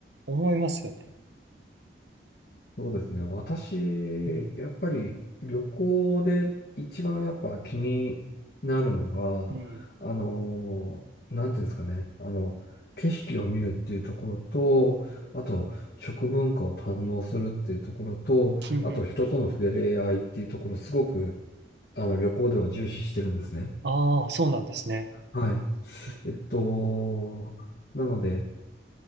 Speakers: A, on the right (about 70°); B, on the left (about 55°).
A: 思いますよね
B: そうですね。私、
A: うん
B: やっぱり旅行で一番やっぱ気になるのが、
A: うん
B: あの、なんていうんですかね。あの、景色を見るっていうところと、あと、食文化を堪能するっていうところと、
A: うんうん
B: あと、人との触れ合いっていうところ、すごく、あの、旅行では重視してるんですね。
A: ああそうなんですね
B: はい。
A: う
B: えっと、なので、